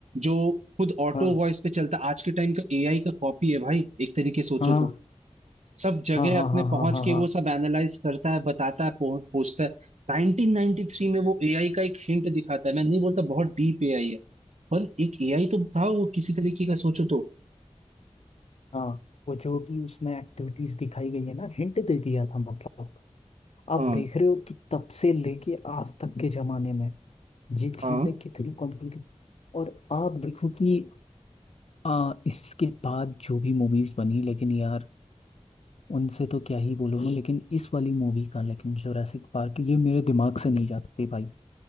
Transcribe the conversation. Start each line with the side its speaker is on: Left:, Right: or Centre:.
Right: जो खुद ऑटो
Left: हाँ
Right: वॉइस पे चलता आज के टाइम का एआई का कॉपी है भाई एक तरीके से सोचो
Left: हाँ
Right: तो सब जगह
Left: हाँ हाँ
Right: अपने
Left: हाँ हाँ
Right: पहुंच
Left: हाँ
Right: के
Left: हाँ
Right: वो सब एनालाइज करता है बताता है पो- पूछता है 1993 में वो एआई का एक हिंट दिखाता है मैं नहीं बोलता बहुत डीप एआई है, पर एक एआई तो था वो किसी तरीके का सोचो तो
Left: हाँ वो जो भी उसमें एक्टिविटीज दिखाई गई है ना हिंट दे दिया था मतलब आप
Right: हाँ
Left: देख रहे हो कि तब से लेके आज तक के जमाने में ये
Right: हाँ
Left: चीजें कितनी कॉम्प्लिकेट और आप देखो कि आ, इसके बाद जो भी मूवीज बनी लेकिन यार उनसे तो क्या ही बोलूँगा लेकिन इस वाली मूवी का लेकिन जोरासिक पार्क ये मेरे दिमाग से नहीं जाती भाई